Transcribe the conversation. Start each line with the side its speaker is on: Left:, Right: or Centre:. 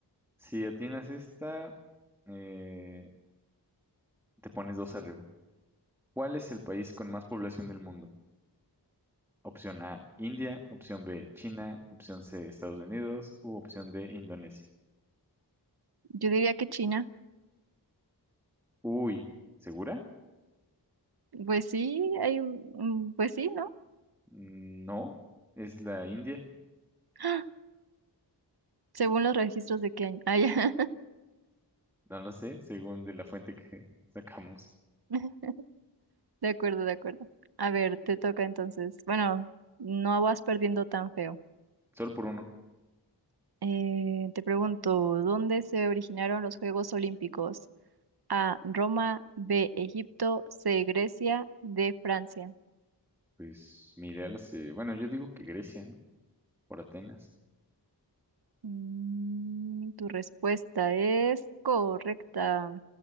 Centre: Si atinas esta, eh, te pones dos arriba. ¿Cuál es el país con más población del mundo? Opción A, India. Opción B, China. Opción C, Estados Unidos. U opción D, Indonesia.
Right: Yo diría que China.
Centre: Uy, ¿segura?
Right: Pues sí, hay un, un- pues sí, ¿no?
Centre: Mm, No, es la India.
Right: <gasps> Según los registros de qué año. Ah, ya.
Centre: No lo sé, según de la fuente que <laughs> sacamos.
Right: <laughs> De acuerdo, de acuerdo. A ver, te toca entonces. Bueno, no vas perdiendo tan feo.
Centre: Solo por uno.
Right: Eh, te pregunto, ¿dónde se originaron los Juegos Olímpicos? A, Roma, B, Egipto, C, Grecia, D, Francia.
Centre: Pues mi ideal hace, bueno, yo digo que Grecia, ¿no? Por Atenas.
Right: Mm, tu respuesta es correcta.